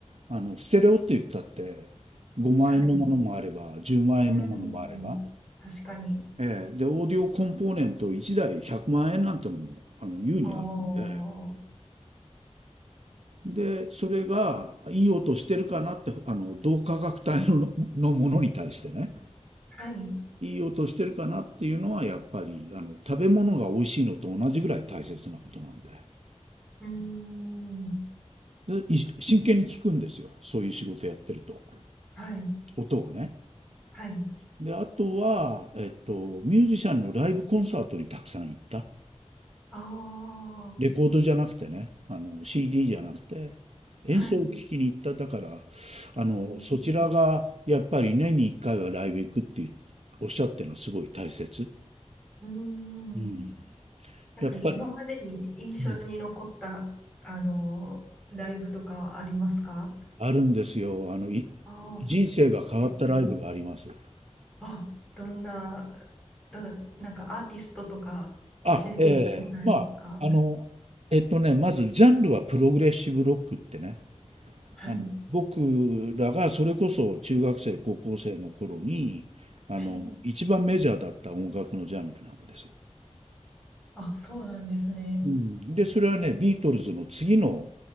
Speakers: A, on the right; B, in the centre.
A: あの、ステレオって言ったって、5万円のものもあれば、
B: はい。
A: 10万円のものもあれば、
B: うーん、確かに。
A: ええ、で、オーディオコンポーネント1台100万円なんてのも、あの、優にあるんで、
B: ああ、は
A: で、それがいい音してるかなって、あの、同価格帯の、のものに対してね、
B: い。う
A: いい音してるかなっていうのは、やっぱり、あの、食べ物が美味しいのと同じぐらい大切なことなんで、
B: ーん、
A: うん、でい真剣に聞くんですよ、そういう仕事やってると。
B: はい、
A: 音をね。
B: はい。
A: で、あとは、えっと、ミュージシャンのライブコンサートにたくさん行った。
B: ああ、
A: レコードじゃなくてね、あの、CD じゃなくて、演奏を聴きに行った。
B: はい。
A: だから、あの、
B: うん、
A: そちらがやっぱり年に1回はライブ行くっておっしゃってるのはすごい大切。
B: うーん
A: うん。
B: なんか今までに印象に残った、
A: やっぱりうん。
B: あのーライブとかはありますか
A: あるんですよ。あの、い
B: ああうん
A: 人生が変わったライブがあります。
B: あ、どんな、ど、なんかアーティストとか教えてもらえますか
A: あ、ええまあ、あの、えっとね、まずジャンルはプログレッシブロックってね、
B: はい。
A: あの、僕らがそれこそ中学生、高校生の頃に、あの、
B: はい。
A: 一番メジャーだった音楽のジャンルなんです。
B: あ、そうなんですね。
A: うん、で、それはね、ビートルズの次の